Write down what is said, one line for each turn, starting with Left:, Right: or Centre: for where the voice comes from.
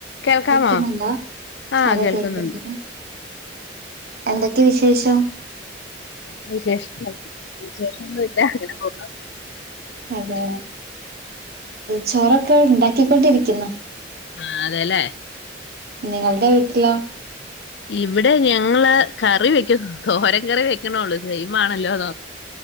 Left: കേൾക്കാമോ
Right: കേക്ക്ന്ന്ണ്ടോ
Left: ആഹ്
Right: അതെ
Left: കേൾക്കുന്നുണ്ട്
Right: കേക്ക്ന്ന് എന്തൊക്കെ വിശേഷം
Left: നല്ല വിശേഷം വിശേഷോന്നുല്ല അങ്ങനെ പോന്നു
Right: അതെ ചോറൊക്കെ ക്കെ ണ്ടാക്കിക്കൊണ്ടിരിക്ക്ന്നു.
Left: ആ അതേലെ
Right: നിങ്ങൾടെ വീട്ടിലോ?
Left: ഇവിടെ ഞങ്ങള് കറി വെക്കുന്ന തോരൻ കറി വെക്കണുള്ളു സയിമാണല്ലോ